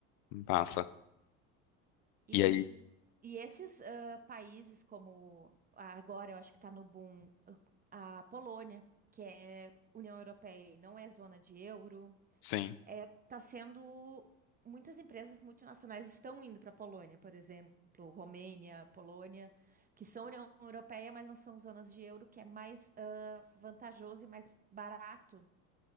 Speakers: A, on the left (about 75°); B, on the right (about 20°).
A: Passa.
B: E,
A: E aí?
B: e esses ah, países, como agora eu acho que está no boom, a Polônia, que é União Europeia e não é zona de euro,
A: Sim.
B: é, tá sendo. Muitas empresas multinacionais estão indo para a Polônia, por exemplo, Romênia, Polônia, que são União Europeia, mas não são zonas de euro, que é mais ah, vantajoso e mais barato